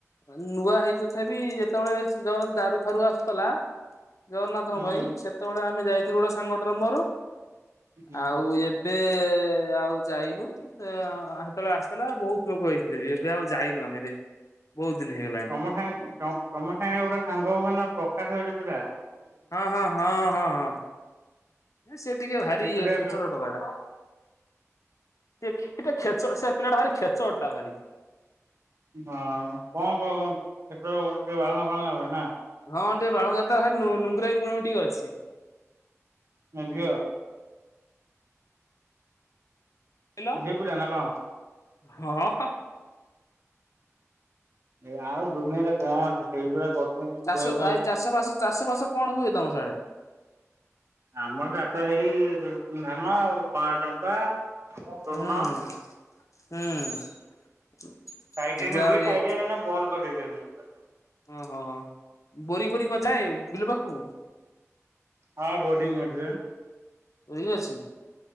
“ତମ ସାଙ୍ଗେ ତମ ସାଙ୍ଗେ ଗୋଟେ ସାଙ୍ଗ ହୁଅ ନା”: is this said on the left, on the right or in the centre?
Right